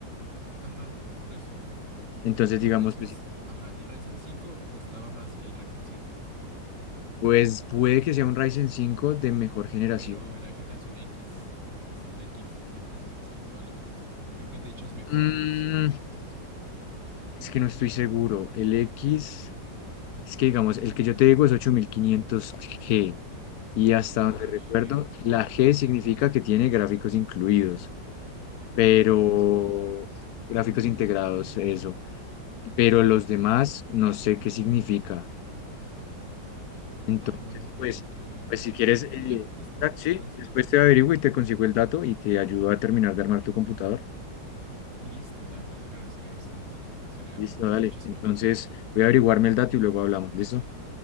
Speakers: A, on the right; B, on the left.
A: Ajá, por eso.
B: Entonces,
A: El
B: digamos,
A: Ryzen,
B: pues,
A: ajá, el Ryzen cinco costaba más que el Ryzen siete
B: pues puede que sea un Ryzen cinco de mejor generación.
A: pero era generación X, creo, es la X, y creo que eso es más actual y por eso, creo que de hecho es mejor
B: Mm,
A: que el siete no estoy seguro.
B: es que no estoy seguro. El X, es que digamos, el que yo te digo es ocho mil quinientos g y hasta
A: Ah,
B: donde recuerdo,
A: G, G,
B: la G
A: claro.
B: significa que tiene gráficos incluidos, pero
A: Gráficos integrados.
B: gráficos
A: Claro.
B: integrados, eso. pero los demás no sé qué significa. Entonces,
A: Ah, bueno, tendré
B: pues,
A: que,
B: pues si quieres,
A: que ver, pero
B: eh,
A: ya, listo,
B: ah, sí,
A: te agradezco.
B: después te averiguo y te consigo el dato y te ayudo a terminar de armar tu computador.
A: Listo, ya, agradecería bastante. Sería
B: Listo,
A: un-
B: dale.
A: muchísima
B: Entonces,
A: ayuda. Ah,
B: voy a averiguarme el dato y luego hablamos. ¿Listo?